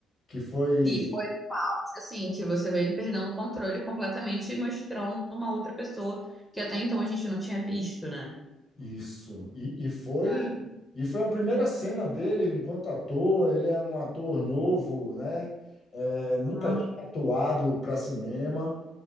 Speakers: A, on the left; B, in the centre.
A: Que foi
B: Que foi assim, que você vê ele perdendo o controle completamente e mostrando uma outra pessoa que até então a gente não tinha visto, né?
A: isso. E, e foi
B: Ah,
A: e foi a primeira cena dele enquanto ator. Ele é um ator novo, né? É, nunca
B: Ah,
A: tinha atuado para cinema.